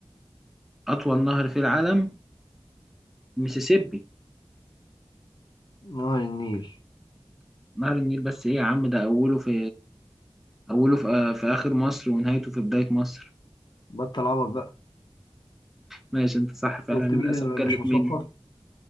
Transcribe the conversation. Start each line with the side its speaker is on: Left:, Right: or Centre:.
Centre: أطول نهر في العالم ميسيسيبي
Left: نهر النيل
Centre: نهر النيل بس إيه يا عم ده أوله في أوله في, آه، في آخر مصر ونهايته في بداية مصر
Left: بطل عبط بقى
Centre: ماشي أنت صح فعلا
Left: شفت
Centre: للأسف
Left: مين اللي مش
Centre: جلت
Left: مثقف
Centre: مني